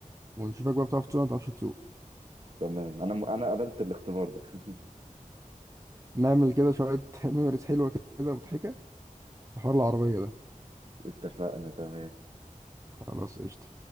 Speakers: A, on the right; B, on the right.
A: ونشوفك بقى بتعرف تسوق ولا ما بتعرفش تسوق
B: تمام انا انا قبلت الاختبار ده <laughs>
A: نعمل كده شويه <laughs> ميموريز حلوه كده مضحكه في حوار العربيه ده
B: اتفقنا تمام
A: خلاص قشطه